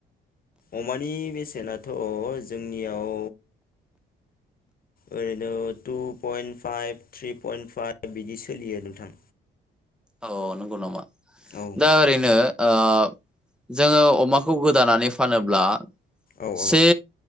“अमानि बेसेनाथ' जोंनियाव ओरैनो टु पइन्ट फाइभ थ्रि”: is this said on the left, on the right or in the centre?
Left